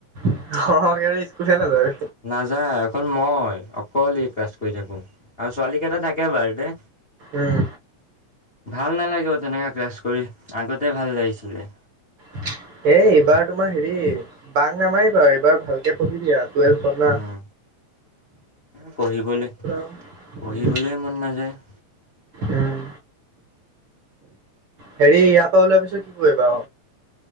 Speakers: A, on the right; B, on the left.
A: সৰহকে আৰু স্কুলে নাযায়।
B: নাযায় এখন মই অকলে ক্লাছ কৰি থাকো। আৰু ছোৱালী কেইটা থাকে বাৰ্থডে।
A: উম
B: ভাল নালাগে তেনেকা ক্লাছ কৰি আগতে ভাল লাগিছিলে।
A: এ এইবাৰ তোমাৰ হেৰি বাঘ নামাৰ বাৰু এইবাৰ ভালকে পঢ়িবি আৰু। টুৱেলভ পনা।
B: উম পঢ়িবলৈ
A: উম
B: পঢ়িবলৈ মন নাযায়। <unintelligible>
A: উম। হেৰি ইয়াৰ পৰা ওলাই পিছত কি কৰিবা।